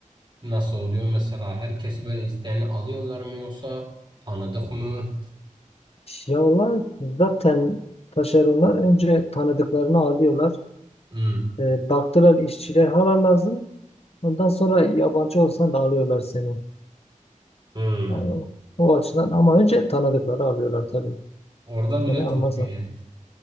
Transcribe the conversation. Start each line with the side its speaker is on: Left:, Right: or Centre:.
Right: nasıl oluyor? Mesela herkesi böyle isteğini alıyorlar mı yoksa tanıdık mı?
Left: Ya onlar zaten taşeronlar önce tanıdıklarını alıyorlar.
Right: Hmm.
Left: E, baktılar işçiler hala lazım. Ondan sonra yabancı olsan da alıyorlar seni.
Right: Hmm.
Left: Yani o, o açıdan ama önce tanıdıkları alıyorlar tabii.
Right: Orada
Left: Seni
Right: bile
Left: almazlar.
Right: torpil yani.